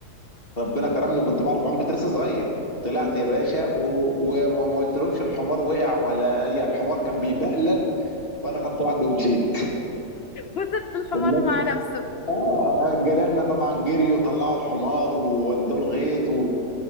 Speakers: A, on the left (about 35°); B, on the left (about 65°).
A: ربنا كرمني كنت بعرف اعوم كنت لسه صغير طلعت
B: مم.
A: يا باشا و- و- وما قلت لهمش الحمار وقع ولا اي
B: <laughs>
A: يعني الحمار كان بيبقلل وانا خدت بعض ومشيت
B: وسبت الحمار
A: والناس
B: مع نفسه
A: اه جيراننا طبعا جريوا وطلعوا الحمار وودوه الغيط و...